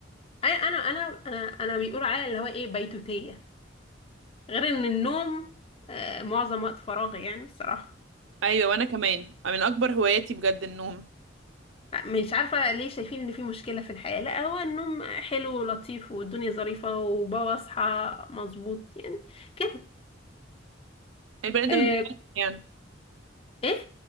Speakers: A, on the left; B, on the right.
A: اي انا انا انا انا بيقولوا عليا اللي هو ايه بيتوتيه غير ان النوم آه معظم وقت فراغي يعني الصراحه
B: ايوه وانا كمان من اكبر هواياتي بجد النوم
A: لا، مش عارفه ليه شايفين ان في مشكله في الحياه لا هو النوم حلو ولطيف والدنيا ظريفه وبصحى مظبوط يعني كده
B: البني ادم
A: آه
B: بيريح يعني
A: ايه